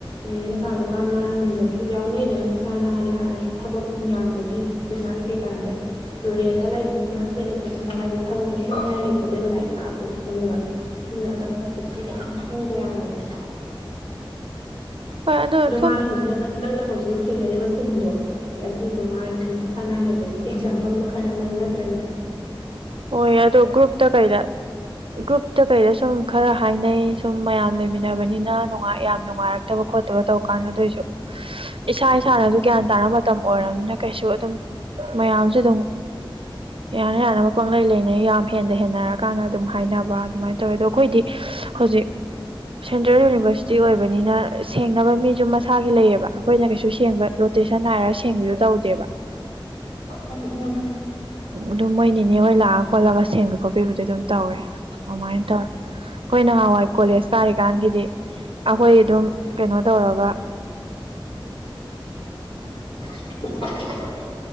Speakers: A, on the left; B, on the right.
A: ꯌꯦ ꯅꯀꯥ ꯂꯨꯀꯥ ꯅꯥꯟ ꯉꯝꯗꯕꯁꯨ ꯌꯥꯎꯅꯩꯗꯅ ꯄꯁꯥ ꯅꯥꯜꯂꯦ ꯍꯥꯏꯔꯁꯨ ꯊꯕꯛ ꯌꯥꯝꯕꯒꯤ ꯄꯩꯁꯥ ꯀꯩ ꯇꯥꯟꯕꯩ ꯑꯗꯨꯗꯨꯨꯔꯦꯟꯇ ꯂꯩꯕꯒꯨꯝꯕ ꯍꯣꯁꯇꯦ ꯂꯩꯕꯒꯨꯝꯕ ꯍꯥꯏꯁꯤꯗꯤ ꯊꯕꯛꯇꯣ ꯁꯨꯅꯤꯡꯉꯥꯏ ꯂꯩꯄꯣꯗꯦꯕ ꯂꯥꯏꯔꯤꯛ ꯄꯥꯕꯗꯣ ꯅꯦꯕ ꯑꯗ ꯃꯣꯠꯠꯇꯁꯨ ꯌꯥꯝ ꯄꯨꯕ ꯌꯥꯔꯕꯅꯦ
B: ꯍꯣꯏ
A: ꯑꯗꯣ
B: ꯁꯨꯝ
A: ꯃꯥꯅ ꯍꯧꯖꯤꯛꯅ ꯅꯪꯅ ꯍꯧꯖꯤꯛ ꯍꯧꯖꯤꯛ ꯊꯦꯡꯅꯔꯤꯕ ꯁꯤꯟꯗꯣ ꯑꯗꯨꯗꯣ ꯃꯥꯒꯤ ꯃꯁꯥ ꯅꯥꯟꯗꯕꯒꯤ ꯑꯦꯛꯖꯥꯝꯄꯜ ꯃꯈꯜ ꯑꯃꯅꯤ ꯅꯠꯇ꯭ꯔꯅꯦ ꯎꯝ
B: ꯑꯣ ꯑ ꯑꯗꯨꯣ ꯭ꯔꯨꯨꯞ ꯇ ꯀꯩꯗ ꯒ꯭ꯔꯨꯞꯇ ꯀꯩꯗ ꯁꯨꯝ ꯈꯔ ꯍꯥꯏꯅꯩ ꯁꯨꯝ ꯃꯌꯥꯝ ꯂꯩꯃꯤꯟꯅꯕꯅꯤꯅ ꯅꯨꯡꯉ ꯌꯥꯝ ꯅꯨꯡꯉꯥꯏꯔꯛꯦ ꯐꯠꯇꯕ ꯈꯣꯠꯇꯕ ꯇꯧ ꯀꯥꯟꯅ ꯑꯗꯨꯣꯏꯁꯨ ꯏꯁꯥ ꯏꯁꯥꯅꯁꯨ ꯒ꯭ꯌꯥꯟ ꯇꯥꯅ ꯃꯇꯝ ꯑꯣꯏꯔꯕꯅꯤꯅ ꯀꯩꯁꯨ ꯑꯗꯨꯝ ꯃꯌꯥꯝꯁꯨ ꯑꯗꯨꯝ ꯍ ꯌꯥꯔꯦ ꯑꯅ ꯄꯪꯪꯂꯩ ꯂꯩꯅꯩ ꯌꯥꯝ ꯍꯦꯟꯅ ꯍꯦꯟꯅꯔ ꯀꯥꯟꯗ ꯑꯗꯨꯝ ꯍꯥꯏꯅꯕ ꯑꯗꯨꯃꯥꯏꯅ ꯇꯧꯋꯦ ꯑꯗꯣ ꯑꯩꯈꯣꯏꯗꯤ ꯍꯧꯖꯤꯛ ꯁꯦꯟꯇ꯭ꯔꯦꯜ ꯌꯨꯅꯤꯚꯔꯁꯤꯇꯤ ꯑꯣꯏꯕꯅꯤꯅ ꯁꯦꯡꯅꯕ ꯃꯤꯁꯨ ꯃꯁꯥꯒꯤ ꯂꯩꯌꯦꯕ ꯑꯩꯈꯣꯏꯅ ꯀꯩꯁꯨ ꯁꯦꯡꯕ ꯔꯣꯇꯦꯁꯟ ꯅꯥꯔꯒ ꯁꯦꯡꯕꯁꯨ ꯇꯧꯗꯦꯕ ꯎ
A: ꯎꯝ ꯎꯝ
B: ꯑꯗꯨꯝ ꯃꯣꯏ ꯅꯤꯅꯦ ꯍꯣꯏ ꯂꯥꯛꯑ ꯈꯣꯠꯂꯒ ꯁꯦꯝꯕꯤ ꯈꯣꯠꯄꯤꯕꯗꯤ ꯑꯗꯨꯝ ꯇꯧꯋꯦ ꯑꯗꯨꯃꯥꯏꯅ ꯇꯧꯋꯦ ꯑꯩꯈꯣꯏ ꯅꯍꯥꯟꯋꯥꯏ ꯀꯣꯂꯦꯖ ꯀꯥꯔꯤꯀꯥꯟꯒꯤꯗꯤ ꯑꯩꯈꯣꯏ ꯑꯗꯨꯝ ꯀꯩꯅꯣ ꯇꯧꯔꯒ
A: <unintelligible>